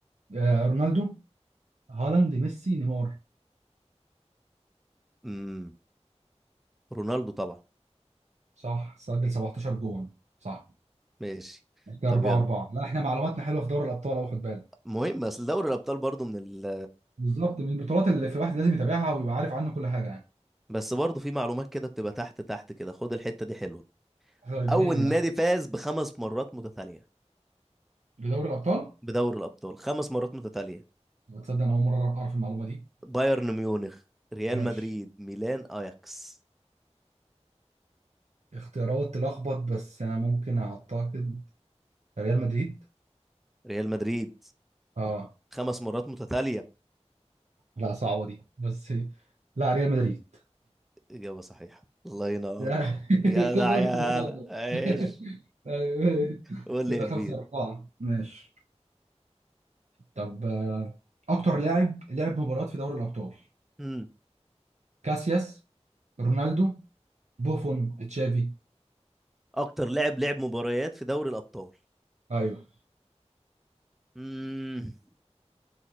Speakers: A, on the right; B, in the centre.
A: آه، رونالدو هالاند ميسي نيمار
B: امم رونالدو طبعا
A: صح سجل 17 جون صح
B: ماشي
A: كده
B: طب
A: 4
B: يلا
A: 4 لا احنا معلوماتنا حلوه في دوري الابطال اهو خد بالك
B: مهم بس دوري الابطال برضو من ال
A: بالظبط من البطولات اللي في واحد لازم يتابعها ويبقى عارف عنه كل حاجه يعني
B: بس برضو في معلومات كده بتبقى تحت تحت كده خد الحتة دي حلوة
A: طيب اديني
B: اول نادي
A: ده
B: فاز بخمس مرات متتالية
A: لدوري الابطال
B: بدوري الابطال خمس مرات متتالية
A: تصدق انا اول مره اعرف أعرف المعلومه دي
B: بايرن ميونخ ريال
A: ماشي
B: مدريد ميلان اياكس
A: اختيارات تلخبط بس انا ممكن اعتقد ريال مدريد
B: ريال مدريد
A: اه
B: خمس مرات متتالية
A: لا صعبة دي بس لا ريال مدريد
B: إجابة صحيحة الله ينور
A: لا، <laughs>
B: يا ده
A: خد بالك
B: يا
A: أنت بتلخبط.
B: هلا ايش
A: <laughs> أيوه.
B: قول
A: كده
B: لي يا كبير
A: خمسة أربعة ماشي طب آه، أكتر لاعب لعب مباريات في دوري الأبطال
B: امم
A: كاسياس رونالدو بوفون تشافي
B: اكتر لاعب لعب مباريات في دوري الابطال
A: أيوه
B: امم